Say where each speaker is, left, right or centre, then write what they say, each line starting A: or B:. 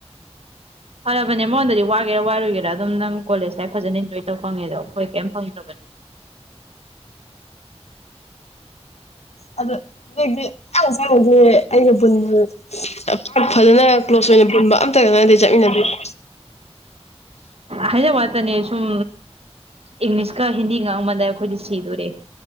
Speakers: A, on the right; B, on the left.
A: ꯐꯔꯕꯅꯦ ꯑꯃꯉꯣꯟꯗꯗꯤ ꯋꯥꯒꯦꯔꯥ ꯋꯥꯔꯣꯢꯒꯦꯔꯥ ꯑꯗꯨꯝ ꯅꯪ ꯀꯣꯂꯦꯖ ꯂꯥꯏꯐ ꯐꯖꯅ ꯏꯟꯖꯣꯏ ꯇꯧ ꯐꯪꯉꯤꯗꯣ ꯑꯩꯈꯣꯏ ꯀꯩꯢꯝ ꯐꯪꯗ꯭ꯔꯕꯅꯦ
B: <unintelligible> ꯑꯩ ꯁ꯭ꯋꯥꯢꯕꯧ ꯊꯣꯛꯎꯔꯦ ꯑꯩꯒ ꯄꯨꯟꯕ ꯄꯥꯛ ꯐꯖꯅ ꯀ꯭ꯂꯣꯁ ꯑꯣꯏꯅ ꯄꯨꯟꯕ ꯑꯝꯇꯒ ꯅꯠꯇꯦ ꯆꯠꯃꯤꯟꯅꯗꯣꯢꯖꯦ
A: ꯍꯥꯏꯅꯕ ꯉꯥꯛꯇꯅꯦ ꯁꯨꯝ ꯏꯪꯂꯤꯁꯀ ꯍꯤꯟꯗꯤꯒ ꯉꯥꯡꯃꯟꯗꯅ ꯑꯩꯈꯣꯏꯗꯤ ꯁꯤꯗꯨꯔꯦ